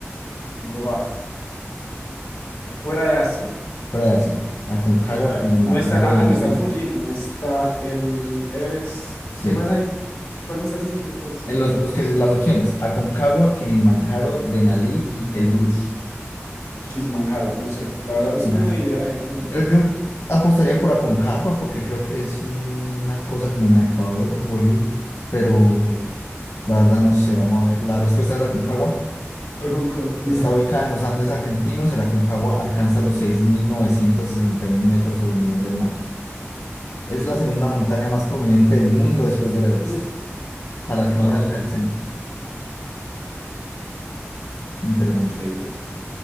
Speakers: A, on the left; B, on the left.
A: Buah, fuera de Asia.
B: Brasil, Aconcagua,
A: Entonces, a ver,
B: Kilimanjaro,
A: no está el, ah, no
B: Denali,
A: está el Fuji, no está el Everest.
B: sí.
A: ¿Qué más hay? ¿Qué- ¿Cuál me estás diciendo otra vez?
B: En
A: Me
B: los,
A: la repetís.
B: los que, las opciones, Aconcagua, Kilimanjaro, Denali y Elbrus.
A: Kilimanjaro, no sé. La verdad, ¿usted tiene
B: Ajá.
A: idea de más o menos
B: Yo,
A: cuál es?
B: yo apostaría por Aconcagua porque creo que es un- una cosa como en Ecuador, Bolivia, pero
A: Ok.
B: la verdad no sé, vamos a ver. La respuesta es Aconcagua.
A: Ajunco, bien.
B: Está ubicada en los Andes argentinos, el Aconcagua alcanza los 6.961 metros sobre el nivel del mar.
A: Ok.
B: Es la segunda montaña más prominente del mundo después del Everest,
A: <laughs>
B: a la que más
A: Wow,
B: se aleja el centro. Interesante.
A: increíble.